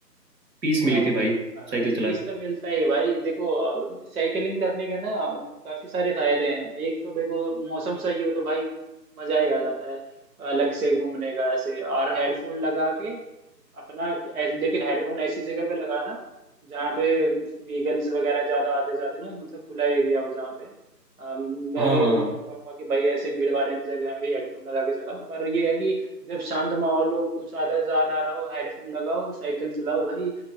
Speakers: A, on the right; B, on the right.
A: पीस
B: क्या
A: मिली
B: हो
A: थी
B: गया
A: भाई
B: था हाँ
A: साइकिल चला
B: पीस
A: के
B: तो मिलता ही है भाई देखो साइकिलिंग करने का ना काफी सारे फायदे हैं एक तो देखो मौसम सही हो तो भाई मजा ही आ जाता है अलग से घूमने का ऐसे और हेडफोन लगा के अपना ऐस- लेकिन हेडफोन ऐसी जगह पे लगाना जहाँ पे व्हीकल्स वगैरह ज्यादा आते जाते ना मतलब खुला एरिया हो जहाँ पे अ, मैं
A: हाँ
B: ये
A: हाँ
B: नहीं
A: हाँ
B: कहूंगा कि भाई ऐसे भीड़ वाले जगह में भी हेडफोन लगा के चलाओ पर ये है कि जब शांत माहौल हो कुछ आधा जान आ रहा हो हेडफोन लगाओ साइकिल चलाओ भाई